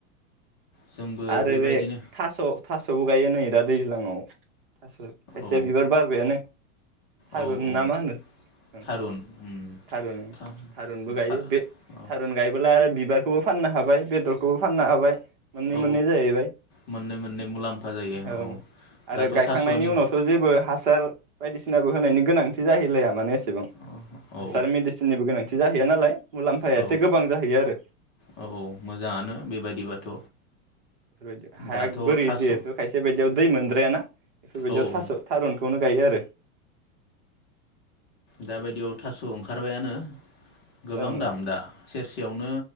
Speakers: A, on the left (about 20°); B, on the right (about 40°).
A: जोंबो
B: आरो
A: बेबायदिनो
B: बे थास' थास'बो गायो नै दा दैज्लाङाव थास' खायसेया
A: औ
B: बिबार बारबायानो थारुन
A: औ औ
B: ना मा होनो ओं
A: थारुन उम
B: थारुन ओं
A: था
B: थारुनबो गायो
A: था
B: बे
A: औ
B: थारुन गायबोला आरो बिबार खौबो फाननो हाबाय बेदरखौबो फाननो हाबाय मोननै
A: औ
B: मोननै जाहैबाय
A: मोननै मोननै मुलाम्फा जायो
B: औ आरो
A: दाथ'
B: गायखांनायनि
A: थास'नि
B: उनावथ' जेबो हासार बायदिसिनाबो होनायनि गोनांथि जाहैलाया माने सेबां
A: औ औ
B: हासार मेडिसिननिबो गोनांथि खथि जाहैया नालाय मुलाम्फाया
A: औ
B: एसे गोबां जाहैयो आरो
A: औ मोजाङानो बेबायदिबाथ'
B: बेफोरबायदि हाया
A: दाथ'
B: बोरै
A: थास'
B: जिहेथु खायसे बायदियाव दै मोनद्रायाना बेफोरबायदियाव
A: औ
B: थास'
A: औ
B: थारुनखौनो गायो आरो
A: दाबायदियाव थास' ओंखारबायानो गोबां
B: ओं
A: दाम दा सेरसे मानो यावनो